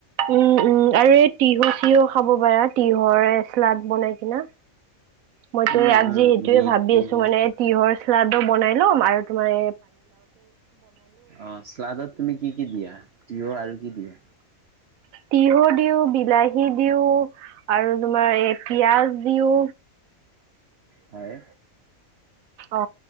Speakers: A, on the right; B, on the right.
A: উম-উম আৰু এই তিহু চিহু খাব পাৰা তিহৰ চালাদ বনাই কিনা। মইতো
B: উম
A: আজি
B: উম
A: সেইটোৱে
B: বিট
A: ভাবি
B: তিহু
A: আছো। মানে তিহৰ চালাডো বনাই ল'ম আৰু তোমাৰ এ
B: অ শ্লাাদত তুমি কি কি দিয়া? তিয়হ আৰু কি দিয়া?
A: তিহু দিওঁ, বিলাহী দিওঁ। আৰু তোমাৰ এ পিয়াজ দিও।
B: হয়।
A: অ